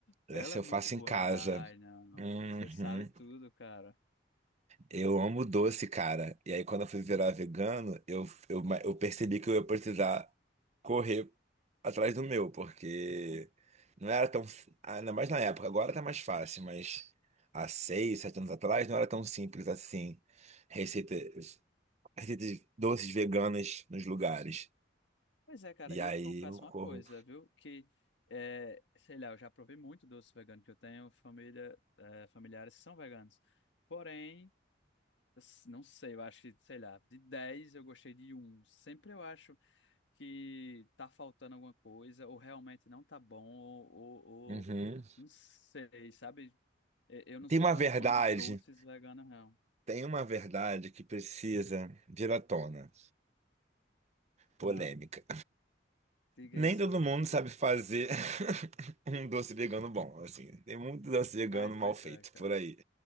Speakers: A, on the left; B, on the right.
A: Ela
B: Essa
A: é
B: eu
A: muito
B: faço
A: boa.
B: em casa.
A: Ai, não.
B: Uhum.
A: Você sabe tudo, cara.
B: Eu amo doce, cara. E aí, quando eu fui virar vegano, eu, eu, eu percebi que eu ia precisar correr atrás do meu, porque não era tão. Ainda mais na época, agora tá mais fácil, mas há seis, sete anos atrás não era tão simples assim. Receita, receitas doces veganas nos lugares.
A: Pois é, cara,
B: E
A: e
B: aí
A: eu te confesso
B: eu corro.
A: uma coisa, viu? Que, é, sei lá, eu já provei muito doce vegano, que eu tenho família, é, familiares que são veganos. Porém, s- não sei, eu acho que, sei lá, de 10 eu gostei de um. Sempre eu acho que tá faltando alguma coisa, ou realmente não tá bom, ou, ou,
B: Uhum.
A: ou- não sei, sabe? E- Eu não
B: Tem
A: sou
B: uma
A: tão
B: verdade,
A: fã de doces veganos, não.
B: tem uma verdade que precisa vir à tona. Polêmica.
A: Ah, diga
B: Nem
A: isso
B: todo
A: a verdade.
B: mundo sabe fazer <laughs> um doce vegano bom, assim. Tem muito doce vegano
A: Ai, pois
B: mal feito
A: é, cara.
B: por aí.